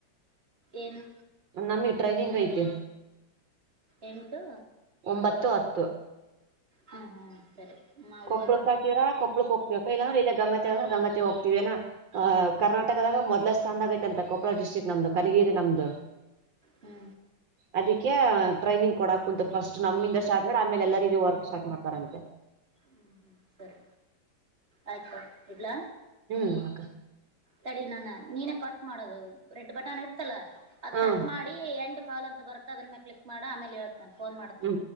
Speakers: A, on the right; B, on the right.
A: ಏನು
B: ನಮ್ಮ ಟ್ರೈನಿಂಗ್ ಐತಿ
A: ಎಂಟು
B: ಒಂಬತ್ತು ಹತ್ತು
A: ಹಾ ಹಾ ಸರಿ ಮಾ
B: ಕೊಪ್ಪಳಕ್ಕ
A: ಹೋಯ್ ಬಾ
B: ಹಾಕೀರ ಕೊಪ್ಪಳಕ ಹೋಗ್ತೀವಿ ಅಕ್ಕ ಇಲ್ಲಾ ಇಲ್ಲೇ ಗಂಗಾವತಿ ಅಂದ್ರ ಗಂಗಾವತಿಗ ಹೋಗ್ತಿವೇನ ಆ ಕರ್ನಾಟಕದಾಗ ಮೊದಲಷ್ಟ ಚಂದ ಆಗೆತಿ ಅಂತ ಕೊಪ್ಪಳ ಡ್ಟ್ರಿಕ್ ನಮ್ದ ಕನಗಿರಿ ನಮ್ದು
A: ಹ್ಞೂ
B: <inaudible> ಅದಕ್ಕೆ ಟ್ರೈನಿಂಗ್ ಕೊಡಾಕ ಕುಂತರ್ ಫಸ್ಟ್ ನಮ್ಮಿಂದ ಸ್ಟಾರ್ಟ್ ಮಾಡಿ ಆಮೇಲ ಎಲ್ಲರಿಗೆ ವರ್ಕ್ ಸ್ಟಾರ್ಟ ಮಾಡ್ತಾರಂತೆ
A: ಹ್ಮ್ ಹ್ಮ್ ಸರಿ ಆಯ್ತು ಇಡ್ಲಾ
B: ಹ್ಮ್ ಅಕ್ಕ
A: ತಡಿ ನಾನ ನೀನ ಕಟ್ ಮಾಡೋದು ರೆಡ್ ಬಟನ್ ಇರ್ತಲ್ಲ ಅದ್
B: ಹ್ಮ್
A: ಕಟ್ ಮಾಡಿ ಎಂಡ ಕಾಲ್ ಅಂತ ಬರುತ್ತ ಅದರ ಮ್ಯಾಲ ಕ್ಲಿಕ್ ಮಾಡ ಆಮೇಲೇ ಹೇಳತನ ಫೋನ್ ಮಾಡ್ತನ
B: ಹ್ಮ್.